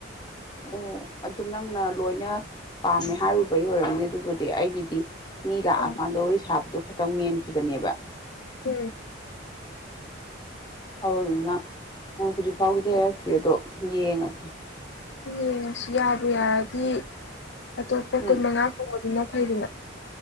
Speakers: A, on the left; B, on the left.
A: ꯑꯣ ꯑꯗꯨ ꯅꯪꯅ ꯂꯣꯏꯅ ꯄꯥꯝꯃꯦ ꯍꯥꯏꯔꯨꯕꯩ ꯑꯣꯏꯔꯝꯅꯤ ꯑꯗꯨꯕꯨꯗꯤ ꯑꯩꯒꯤꯗꯤ ꯃꯤ ꯂꯥꯛꯑꯀꯥꯟꯗ
B: ꯑ
A: ꯋꯥꯔꯤ ꯁꯥꯕꯗꯨ ꯇꯪ ꯃꯦꯟꯈꯤꯕꯅꯦꯕ
B: ꯎꯝ
A: ꯍ ꯑꯗꯨꯅ ꯍꯧꯖꯤꯛ ꯐꯥꯎꯒꯤꯗꯤ ꯍꯥꯏꯔꯛꯇ꯭ꯔꯤ ꯑꯗꯣ ꯌꯦꯡꯉꯁꯤꯦ
B: ꯌꯦꯡꯉꯁꯨ ꯌꯥꯕꯨ ꯌꯥꯔꯗꯤ ꯑꯇꯣꯞꯄ
A: ꯎꯝ
B: ꯀꯨꯟ ꯃꯉꯥ ꯐꯥꯎꯕꯗꯨꯅ ꯈꯩꯗꯅ